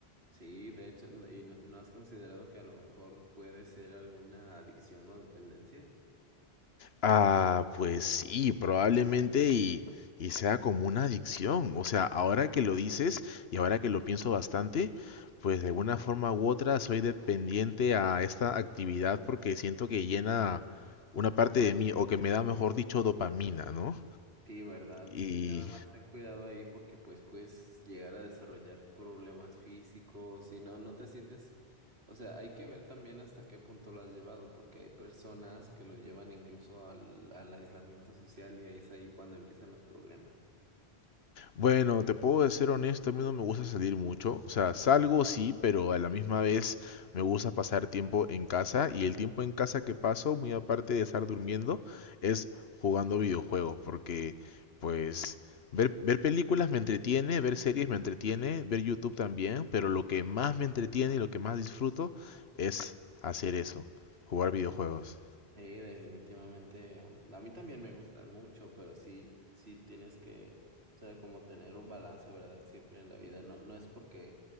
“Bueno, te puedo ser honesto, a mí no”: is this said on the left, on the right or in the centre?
Left